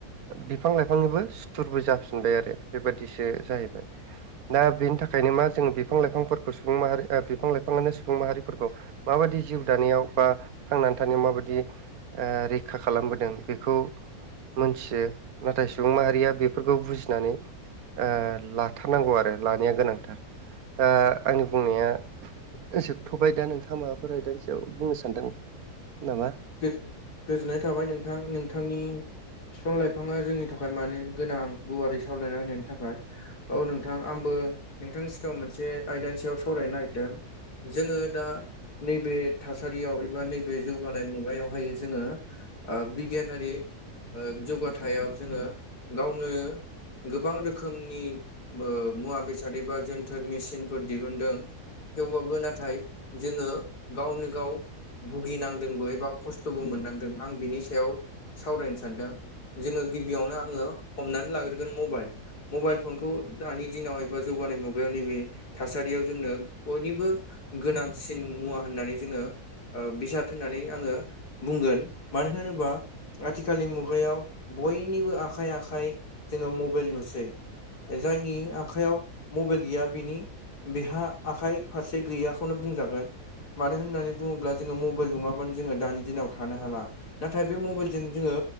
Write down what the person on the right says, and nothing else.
बिफां-लाइफांनिबो सुथुरबो जाफिनबाय आरो बेबायदिसो जाहैबाय दा बेनि थाखायनो मा जोङो बिफां-लाइफांफोरखौ सुबुं माहारि ओ बिफां लाइफाङानो सुबुं माहारिफोरखौ माबादि जिउ दानायाव बा थांनानै थानो माबादि रैखा खालामबोदों बेखौ मोनथियो नाथाय सुबुं माहारिया बेफोरखौ बुजिनानै ओ लाथारनांगौ आरो लानाया गोनांथार ओ आंनि बुंनाया जोबथ'बाय दा नोंथाङा माबाफोर आयदानि सायाव बुंनो सानदों नामा